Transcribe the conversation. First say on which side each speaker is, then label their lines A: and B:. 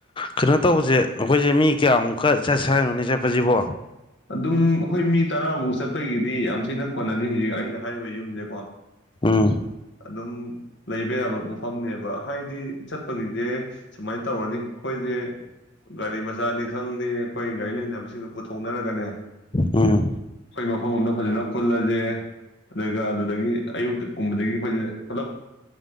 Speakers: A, on the left; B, on the left.
A: ꯀꯩꯅꯣ ꯇꯧꯕꯁꯦ ꯑꯩꯈꯣꯏꯁꯦ ꯃꯤ ꯀꯌꯥꯃꯨꯛꯀ ꯆꯠꯁ ꯍꯥꯏꯅꯣꯅꯦ ꯆꯠꯄꯁꯤꯕꯣ
B: ꯑꯗꯨꯝ ꯑꯩꯈꯣꯏ ꯃꯤ ꯇꯔꯥꯃꯨꯛ ꯆꯠꯄꯒꯤꯗꯤ ꯌꯥꯝ ꯊꯤꯅ ꯀꯣꯟꯅꯅꯤ ꯍꯧꯖꯤꯛ ꯑꯩꯅ ꯍꯥꯏꯔꯤꯕ ꯌꯨꯝꯁꯦꯀꯣ
A: ꯎꯝ
B: ꯑꯗꯨꯝ ꯂꯩꯕ ꯌꯥꯕ ꯃꯐꯝꯅꯦꯕ ꯍꯥꯏꯗꯤ ꯆꯠꯄꯒꯤꯗꯤ ꯁꯨꯃꯥꯏꯅ ꯇꯧꯅꯤ ꯑꯩꯈꯣꯏꯁꯦ ꯒꯥꯔꯤ ꯃꯆꯥꯥꯅꯤ ꯃꯊꯪꯗꯤ ꯑꯩꯈꯣꯏ ꯒꯥꯔꯤ ꯂꯩꯅꯕꯁꯤꯡꯗꯨ ꯄꯨꯊꯣꯛꯅꯔꯒꯅꯦ ꯑꯩꯈꯣꯏ
A: ꯎꯝ
B: ꯃꯐꯝ ꯑꯃꯗ ꯐꯖꯅ ꯄꯨꯜꯂꯁꯦ ꯑꯗꯨꯒ ꯑꯗꯨꯗꯒꯤ ꯑꯌꯨꯛ ꯀꯨꯝꯕꯗꯒꯤ ꯑꯩꯈꯣꯏꯁꯦ ꯄꯨꯂꯞ